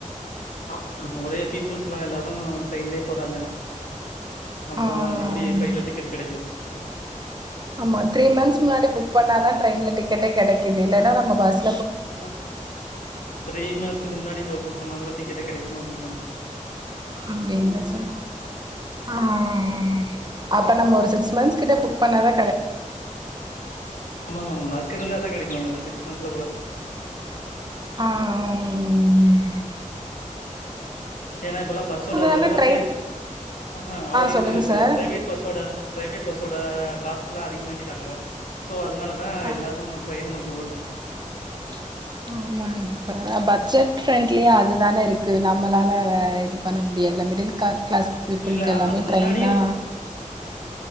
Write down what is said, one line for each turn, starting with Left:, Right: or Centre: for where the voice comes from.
Left: ஆமா மம் ஒரே பீப்புள்ஸ்லா எல்லாரு ட்ரெயின்லயே போறாங்க அப்புறம்
Right: ஆ
Left: எப்படி ட்ரெயின்ல டிக்கெட் கிடைக்கு
Right: ஆமா த்ரீ மந்த்ஸ் முன்னாடி புக் பண்ண தா ட்ரெயின்ல டிக்கெட்டே கிடைக்குது இல்லனா நம்ம பஸ்
Left: அ த்ரீ மந்த்த்ஸ்க்கு முன்னாடி இப்ப புக் பண்ணா கூட டிக்கெட்டே கிடைக்க மாட்டிக்கி மம்
Right: அப்படிந்தா சார் ஆ அ ஆ அப்ப நம்ம ஒரு சிக்ஸ் மந்த் கிட்ட புக் பண்ணா தா
Left: ஆமாம் மம் லக் இருந்தாதா கெடைக்கு சிக்ஸ் மந்த்ல கூட
Right: ஆ ஆ உ உம்
Left: ஏன்னா இப்பல்லா பஸ் ஓட
Right: வந்து
Left: விலவாசி
Right: ட்ரெயின்
Left: ஆ அ அவ
Right: சொல்லுங்க
Left: இது
Right: சார்
Left: பிரைவேட் ப பஸ் ஓட பிரைவேட பஸ் ஓட காஸ்ல்லா அதிகமாக்கிட்டாங்க சோ அதனால தா
Right: ஆ
Left: எல்லாரு ட்ரெயின நோக்கி ஓடறாங்க
Right: <unintelligible> ஆமாங்க சர் பட்ஜெட் ஃபிரண்ட்லியா அதுதான இருக்கு நம்மளால அத இது பண்ண முடியறதுல்ல மிடில் கிளாக் கிளாஸ் பீப்புளுக்கு
Left: இல்ல
Right: எல்லாமே
Left: அது முன்னாடியும்
Right: ட்ரெயின் தா